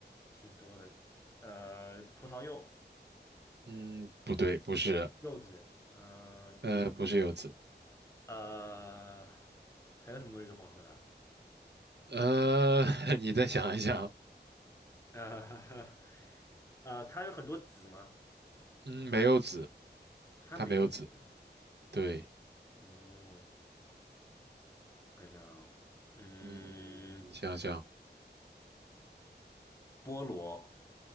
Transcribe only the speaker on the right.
嗯，不对，不是，
呃，
不是柚子，
呃，<laughs> 你再想一想，
嗯，没有籽。
它没有籽，对，
嗯，你想想，